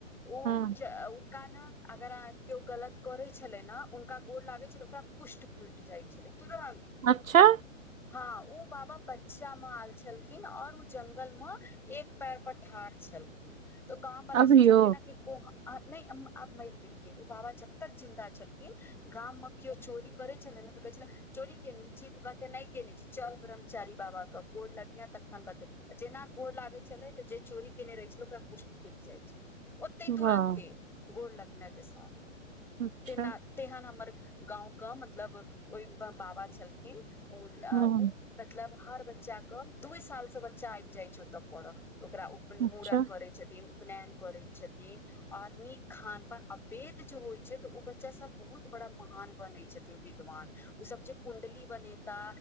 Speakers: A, in the centre; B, on the right (about 75°).
A: ऊ
B: हँ
A: जे उ कान अगर अहाँक केओ गलत करे छले न हुनका गोड़ लागे छलै ओकरा कुष्ट फटि जाइ छलै तुरन्त
B: अच्छा
A: हाँ ऊ बाबा बच्चा मे आयल छलखिन आओर उ जंगल म एक पैर पर ठाढ़ छलखिन तऽ गाँंववाला
B: अभियो
A: सोचलखिन न कि ओ आ नहि आब मरि गेलखिन बाबा जब तक जिन्दा छलखिन गाम मे कियो चोरी करै छै ने तऽ कहै छल चोरी केने छी तऽ कहते नहि केने छी चल ब्रह्मचारी बाबा क गोर लगिहे तखन बतेतो जेना गोर लागे छलै तऽ जे चोरी केने रहै छलै ओकरा पुष्ट फुटि जाइ छै ओतय
B: वाह
A: तुरन्ते गोड़ लगनाय के साथ
B: अच्छा
A: तेना तेहन हमर गाँंवक मतलब ओहि बाबा छलखिन ओ
B: हूँ
A: ओ मतलब हर बच्चा क दूइ साल से बच्चा आइ जाइ छै ओतऽ पढ़ऽ ओकरा उ
B: अच्छा
A: मूड़न करै छथिन उपनयन करै छथिन आर नीक खान पान आ वेद जो होइ छै तऽ ओ बच्चा सब बहुत बड़ा महान बनै छै विदमान ओ सब जे कुंडली बनेता